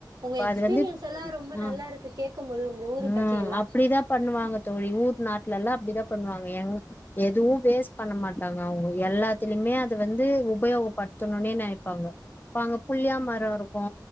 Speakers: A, on the right; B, on the left.
A: உங்க
B: ப
A: எக்ஸ்பீரியன்ஸ்
B: அது வந்து
A: எல்லா ரொம்ப
B: ம்
A: நல்லா இருக்கு கேக்கும்போது உங்க ஊரு
B: ம்
A: பத்தி எல்லா
B: அப்டிதா பண்ணுவாங்க தோழி ஊர் நாட்லெல்லா அப்டிதா பண்வாங்க எங் ஊ எதுவு வேஸ்ட் பண்ண மாட்டாங்க அவுங்க எல்லாத்திலிமே அத வந்து உபயோகப்பட் த்துணுன்னே நெனைப்பாங்க இப்ப அங்க புள்யா மரோ இருக்கு